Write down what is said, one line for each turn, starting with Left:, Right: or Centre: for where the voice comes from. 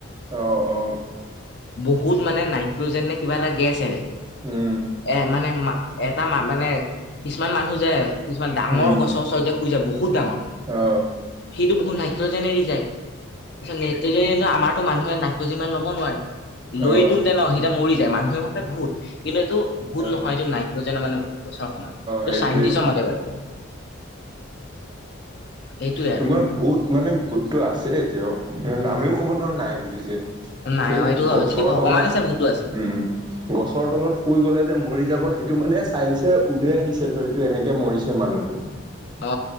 Right: অ অ।
Left: বহুত মানে নাইট্ৰজেন নে কিবা এটা গেছ এৰে।
Right: উম
Left: এ মানে এটা মা মানে কিছুমান মানুহ যে কিছুমান ডাঙৰ
Right: উম
Left: গছৰ ওচৰত যে শুই যায় বহুত ডাঙৰ
Right: অ।
Left: সিটো বহুত নাইট্ৰজেনে এৰি যায়। সেইকাৰণে আমাৰতো মানুহে নাইট্ৰজেন যিমান ল'ব নোৱাৰে। লৈ
Right: অ অ
Left: দিওঁতে ন এতিয়া মৰি যায়। মানুহে ভাৱে ভূত কিন্তু এইটো ভূত
Right: অ
Left: নহয় এইটো নাইট্ৰজেন যে মানে গছৰ সমান। ত
Right: সেইটোৱেই
Left: চাইন্টিচৰ মতে বাৰু সেইটোয়ে
Right: তোমাৰ
Left: আৰু
Right: ভূত মানে ভূতটো আছে এতিয়াও। আমিও ক'ব নোৱাৰো নাই বুলি যে।
Left: নাই
Right: সেই
Left: অ এইটো হয়
Right: গছৰ
Left: যদি ভগৱান
Right: তলত।
Left: আছে ভূতো আছে
Right: উম গছৰ তলত শুই গলে যে মৰি যাব সেইটো মানে চাইঞ্চে উলিয়াই দিছে ধৰিতো এনেকে মৰিছে মানুহটো। <unintelligible>
Left: অ।